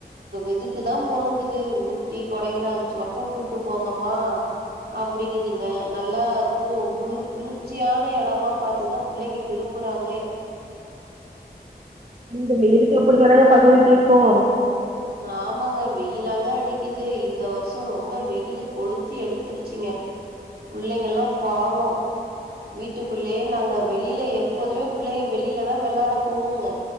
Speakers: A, on the right; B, on the right.
A: இதுக்குதா போணுங்குது ஊட்டி கொடைக்கனல் பக்கோ கூட்டு போங்கம்மா அப்படிங்குதுங்க நல்லா கு கு குளிர்ச்சியான எடமா பாத்துதா புள்ளைங்க விரும்புறாங்ளே
B: இந்த வெயிலுக்கு அப்படி தானுங்க பசங்க கேட்கு
A: ஆமாங்க வெயிலாங்க அடிக்குது இந்த வருஷோ ரொம்ப வெயிலு கொளுத்தி எடுத்திருச்சிங்க புள்ளைங்க எல்லா பாவோ வீட்டுகுள்ளயே நாங்க வெளில எப்போதுமே புள்ளைங்க வெளிலதா வெளாட போகுங்க